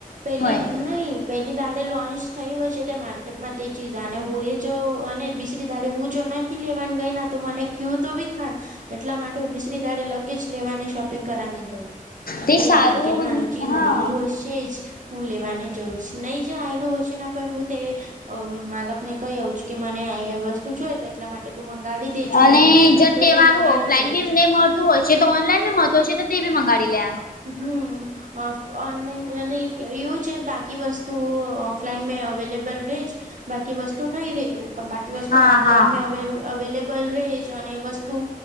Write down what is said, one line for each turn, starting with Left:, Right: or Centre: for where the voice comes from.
Right: પેલી
Left: મળે
Right: નહી પહેલી દાળે લોન્ચ થઈ હય છે તે માર્કેટમાં તે ચીઝ અને હું એ જો અને બીસરી દાળે હું જો નહી થી લેવાની ગઈ ના તો મને કવું તો બી થા જ એટલા માટે હું બિસરી દાળે લગેજ લેવાને શોપિંગ કરવાની જોઉં.
Left: તે
Right: નહી
Left: સારું
Right: આ માર્કેટમાં આ ચીજ
Left: હા
Right: આવેલું હોય છે જ હું લેવાને જાઉં છુ નહીં જ આવેલું વશેના પર હું તે અ માલક ને કહી આવઉ છે કે મને અ વસ્તુ જોઈ તો એટલા માટે તું મંગાડી દેજો
Left: અને
Right: મને.
Left: જર
Right: તો તે
Left: વાળું
Right: મંગાવડું
Left: ઓફલાઈન
Right: દે
Left: બી
Right: જ
Left: નહી મળતું હોય છે તો ઓનલાઈન મહત્વ છે. <inaudible> મંગાડી લે
Right: હમ ફ ઓનલાઈન અને એવું છે બાકી વસ્તુ ઓફલાઈન મેં અવેલેબલ રહે જ બાકી વસ્તુ નહી રેતું બાકી વસ્તુ
Left: હા
Right: ઓનલાઈન
Left: હા
Right: હવે અવેલેબલ રે જ અને વસ્તુ